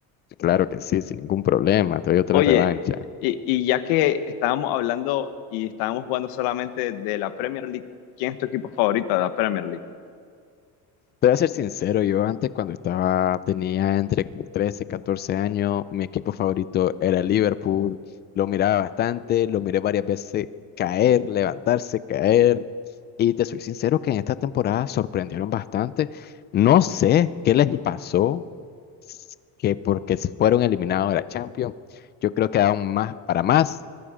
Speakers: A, on the left; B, on the left.
A: Claro que sí, sin ningún problema, te doy otra
B: Oye,
A: revancha.
B: y, y ya que estábamos hablando y estábamos jugando solamente de la Premier League, ¿quién es tu equipo favorito de la Premier League?
A: Te voy a ser sincero, yo antes cuando estaba, tenía entre 13 y 14 años, mi equipo favorito era el Liverpool. Lo miraba bastante, lo miré varias veces caer, levantarse, caer. Y te soy sincero que en esta temporada sorprendieron bastante. No sé qué les pasó, s- que porque se fueron eliminados de la Champions. Yo creo que daban más para más,